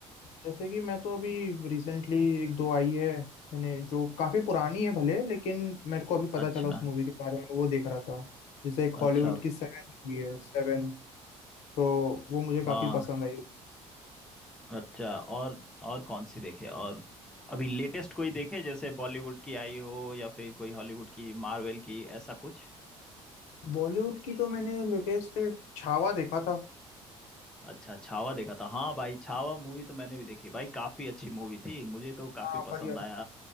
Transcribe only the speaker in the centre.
अच्छा
अच्छा
हाँ
अच्छा और और कौन सी देखे और अभी लेटेस्ट कोई देखे जैसे बॉलीवुड की आई हो या फिर कोई हॉलीवुड की मार्वेल की ऐसा कुछ
अच्छा छावा देखा था हाँ भाई छावा मूवी तो मैंने भी देखी भाई काफी अच्छी मूवी थी मुझे तो काफी
पसंद
आया